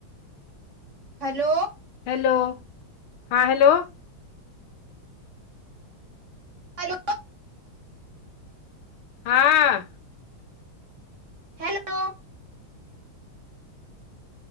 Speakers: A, on the right; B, on the left.
A: हेलो
B: हेलो हां हेलो
A: हेलो
B: हाँ
A: hello